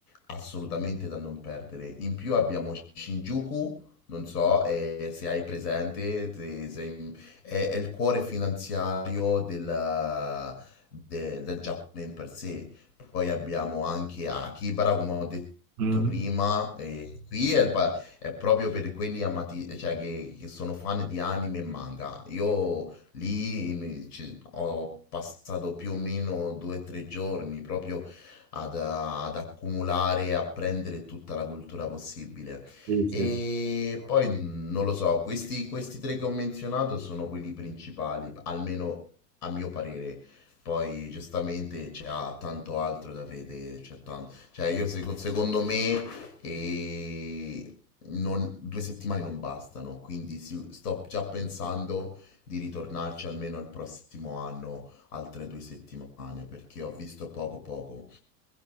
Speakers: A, on the left; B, on the right.
A: assolutamente da non perdere. In più abbiamo Shinjuku, non so eh, se hai presente, se- se- è, è il cuore finanziario della- de- del Giappone in per sé. Poi abbiamo anche Akihabara, come ho detto
B: Mhm.
A: prima, e qui è, il pa- è proprio per quelli amati, cioè che, che sono fan di anime e manga. Io lì mi- ci- ho passato più o meno due o tre giorni proprio ad, ad accumulare e apprendere tutta la cultura possibile.
B: Sì,
A: E
B: sì.
A: poi mh, non lo so, questi, questi tre che ho menzionato sono quelli principali, almeno a mio parere. Poi giustamente c'è tanto altro da vedere, c'è tan- cioè io seco- secondo me eh, non- due settimane non bastano, quindi si- sto già pensando di ritornarci almeno il prossimo anno, altre due settimane, perché ho visto poco poco,